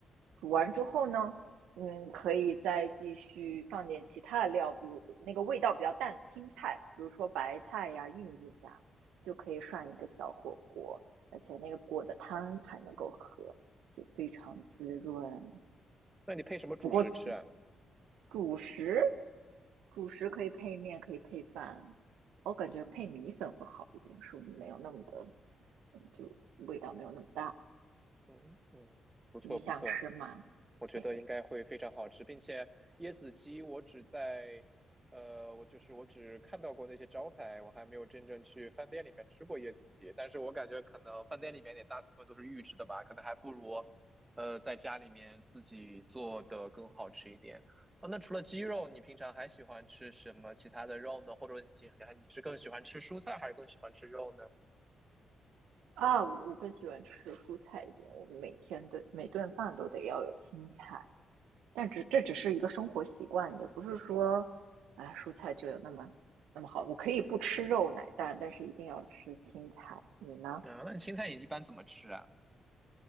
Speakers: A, on the right; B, on the right.
A: 煮完之后呢，嗯，可以再继续放点其他的料，比如那个味道比较淡的青菜，比如说白菜呀、玉米呀，就可以涮一个小火锅。而且那个果的汤还能够喝，就非常滋润。
B: 那你配什么主食吃啊？
A: 不过主食，主食可以配面，可以配饭，我感觉配米粉会好一点，是没有那么的，就味道没有那么大。
B: 嗯嗯，不错不错。
A: 你想吃吗？
B: 我觉得应该会非常好吃，
A: 嘿嘿。
B: 并且椰子鸡我只在，呃，我就是我只看到过那些招牌，我还没有真正去饭店里面吃过椰子鸡。但是我感觉可能饭店里面也大部分都是预制的吧，可能还不如，呃，在家里面自己做的更好吃一点。哦，那除了鸡肉，你平常还喜欢吃什么其他的肉呢？或者你你还你是更喜欢吃蔬菜，还是更喜欢吃肉呢？
A: 啊，我我更喜欢吃蔬菜一点，我们每天的每顿饭都得要有青菜，但只这只是一个生活习惯，也不是说，哎，蔬菜就有那么那么好。我可以不吃肉奶蛋，但是一定要吃青菜。你呢？
B: 嗯，那你青菜你一般怎么吃啊？